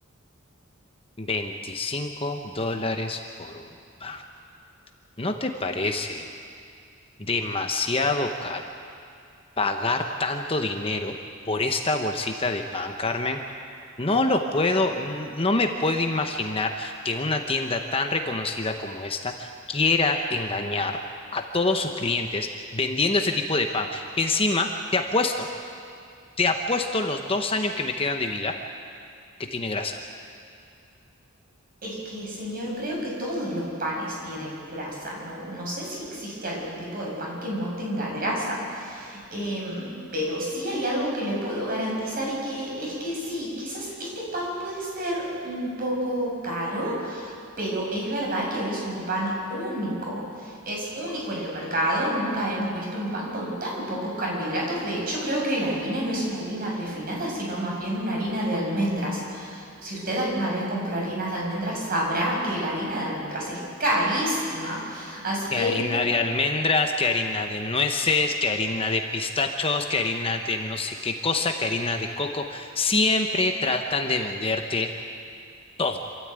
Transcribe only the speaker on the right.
Es que, señor, creo que todos los panes tienen grasa. No, no sé si existe algún tipo de pan que no tenga grasa. Em, pero sí hay algo que le puedo garantizar y que es que sí, quizás este pan puede ser un poco caro, pero es verdad que es un pan único. Es único en el mercado. Nunca hemos visto un pan con tan pocos carbohidratos. De hecho, creo que la harina no es una harina refinada, sino más bien una harina de almendras si usted alguna vez compró harinas de almendras, sabrá que la harina de almendras es carísima. Así que
este,